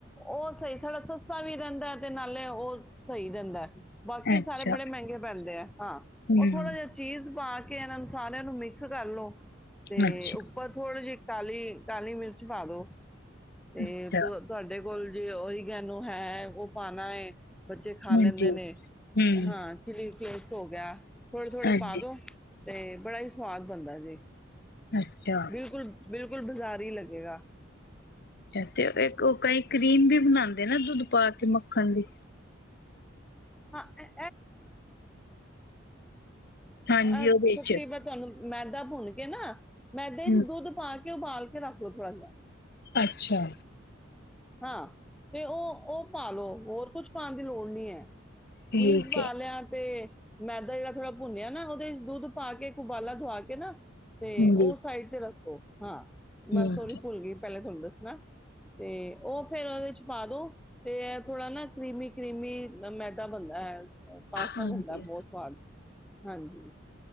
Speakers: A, in the centre; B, on the left.
A: ਉਹ ਸਹੀ ਥੋੜਾ ਸਸਤਾ ਵੀ ਰਹਿੰਦਾ ਤੇ ਨਾਲੇ ਉਹ ਸਹੀ ਰਹਿੰਦਾ। ਬਾਕੀ
B: ਅੱਛਾ
A: ਸਾਰੇ ਬੜੇ ਮਹਿੰਗੇ ਪੈਂਦੇ ਆ ਹਾਂ
B: ਹਮ
A: ਉਹ ਥੋੜ੍ਹਾ ਜਿ ਚੀਜ਼ ਪਾ ਕੇ ਕੇ ਇਹਨਾਂ ਨੂੰ ਸਾਰਿਆਂ ਨੂੰ ਮਿਕਸ ਕਰ ਲੋ। ਤੇ
B: ਅੱਛਾ
A: ਉੱਪਰ ਥੋੜੀ ਜਿਹੀ ਕਾਲੀ- ਕਾਲੀ ਮਿਰਚ ਪਾ ਦੋ। ਤੇ
B: ਅੱਛਾ
A: ਤੁ ਤੁਹਾਡੇ ਗੋਲ ਜੇ ਉਹੀ ਗੈਨ ਨੂੰ ਹੈ ਉਹ ਪਾਣਾ ਹੈ। ਬੱਚੇ ਖਾ
B: ਹਾਂਜੀ
A: ਲੈਂਦੇ ਨੇ
B: ਹਮ
A: ਹਾਂ ਚਿਲੀ ਫੀ ਹੋ ਗਿਆ। ਥੋੜੇ-ਥੋੜੇ
B: ਹਾਂਜੀ
A: ਪਾ ਦੋ ਤੇ ਬੜਾ ਹੀ ਸਵਾਦ ਬਣਦਾ ਜੀ।
B: ਅੱਛਾ,
A: ਬਿਲਕੁਲ ਬਿਲਕੁਲ ਬਾਜ਼ਾਰ ਹੀ ਲੱਗੇਗਾ।
B: ਅੱਛਾ ਤੇ ਇੱਕ ਉਹ ਕਈ ਕਰੀਮ ਵੀ ਬਣਾਉਂਦੇ ਨਾ ਦੁੱਧ ਪਾ ਕੇ ਮੱਖਣ ਦੀ
A: ਹਾਂ, ਅਹ
B: ਹਾਂਜੀ
A: ਅਹ
B: ਉਹਦੇ
A: ਸੱਚੀ
B: ਚ
A: ਬਤ ਤੁਹਾਨੂੰ ਮੈਦਾ ਹੁਣਗੇ ਨਾ ਮੈਦੇ
B: ਹਮ
A: ਚ ਦੁੱਧ ਪਾ ਕੇ ਕਿਉਂ ਬਾਲ ਕੇ ਰੱਖਲੋ ਥੋੜਾ ਜਾ
B: ਅੱਛਾ
A: ਹਾਂ ਤੇ ਉਹ ਉਹ ਪਾ ਲੋ ਹੋਰ ਕੁਛ ਪਾਉਣ ਦੀ ਲੋੜ ਨਹੀਂੀ ਹੈ
B: ਠੀਕ
A: ਚੀਜ਼ ਪਾ
B: ਹੈ
A: ਲਿਆ ਤੇ ਮੈਦਾ ਜਿਹੜਾ ਥੋੜ੍ਹਾ ਭੁੰਨਿਆ ਨਾ ਉਹਦੇ ਚ ਦੁੱਧ ਪਾ ਕੇ ਉਬਾਲਾ ਦੁਆ ਕੇ ਨਾ ਤੇ
B: ਹਾਂਜੀ
A: ਉਹ ਸਾਈਡ ਤੇ ਰੱਖੋ ਹਾਂ।
B: ਠੀਕ
A: ਮੈਂ ਸੋਰੀ
B: ਹੈ
A: ਭੁੱਲ ਗਈ ਪਹਿਲੇ ਤੁਹਾਨੂੰ ਦੱਸਣਾ ਤੇ ਉਹ ਫੇਰ ਉਹਦੇ ਚ ਪਾ ਦੋ ਤੇ ਐ ਥੋੜਾ ਨਾ ਕਰੀਮੀ ਕ੍ਰੀਮੀ <unintelligible> <unintelligible> ਪਾਸਤਾ
B: ਹਾਂਜੀ
A: ਬਣਦਾ ਬਹੁਤ ਸਵਾਦ ਹਾਂਜੀ,